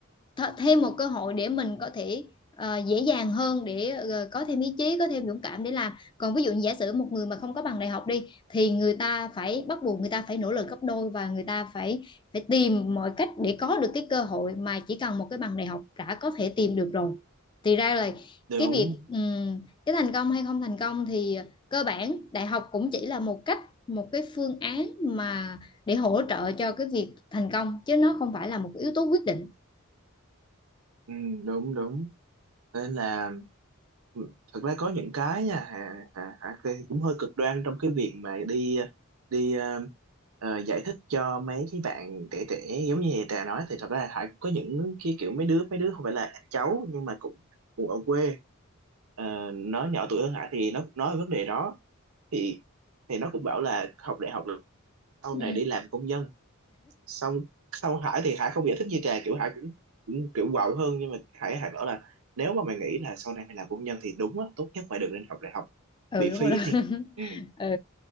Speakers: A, on the left; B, on the right.
A: th- thêm một cơ hội để mình có thể ờ, dễ dàng hơn để ờ, có thêm ý chí có thêm dũng cảm để làm còn ví dụ như giả sử một người mà không có bằng đại học đi thì người ta phải bắt buộc người ta phải nỗ lực gấp đôi và người ta phải phải tìm mọi cách để có được cái cơ hội mà chỉ cần một cái bằng đại học đã có thể tìm được rồi thì ra là
B: đúng
A: cái việc ừm, cái thành công hay không thành công thì cơ bản đại học cũng chỉ là một cách một cái phương án mà để hỗ trợ cho cái việc thành công chứ nó không phải là một yếu tố quyết định
B: ừ, đúng đúng nên là ừ, thật ra có những cái nha Hà, Hà, Hà Kê cũng hơi cực đoan trong cái việc mà đi đi ờ, ờ, giải thích cho mấy cái bạn trẻ trẻ giống như Trà nói thì thật ra Hải cũng có những cái kiểu mấy đứa mấy đứa không phải là cháu nhưng mà cũng cũng ở quê Ờ, nó nhỏ tuổi hơn Hải thì nó cũng nói vấn đề đó thì thì nó cũng bảo là học đại học là sau
A: ừ,
B: này đi làm công nhân xong xong Hải thì Hải không giải thích như Trà kiểu Hải cũng, cũng kiểu quạo hơn nhưng mà Hải Hải bảo là nếu mà mày nghĩ là sau này mày làm công nhân thì đúng á tốt nhất mày đừng nên học đại học
A: ừ
B: bị
A: đúng
B: phí
A: rồi đó <laughs>
B: thì ừ.
A: ừ